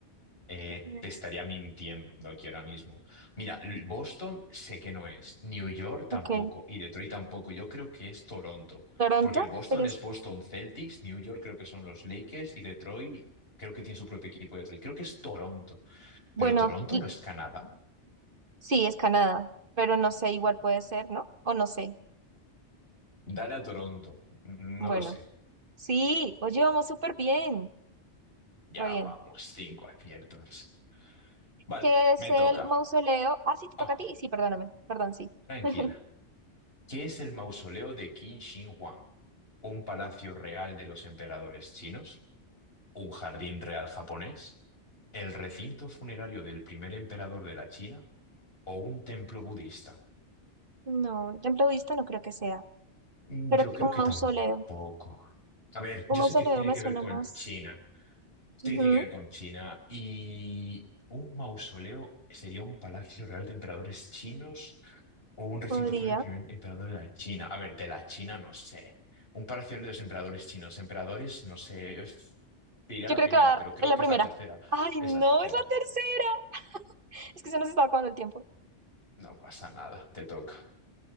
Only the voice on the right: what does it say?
Mm,
Ok.
¿Toronto?
¿Serías?
Bueno,
di-
sí, es Canadá, pero no sé, igual puede ser, ¿no? O no sé.
Bueno,
sí, oye, vamos súper bien,
re bien.
¿Qué es
el
mausoleo? Ah, sí, te toca
a ti. Sí, perdóname, perdón, sí.
<laughs>
No, templo budista no creo que sea,
pero
un
mausoleo.
Un
mausoleo
me
suena
más.
Ujú.
Podría.
Yo
creo
que va a
dar
la
primera.
Ay,
no,
es la tercera. Es que se nos está acabando el tiempo.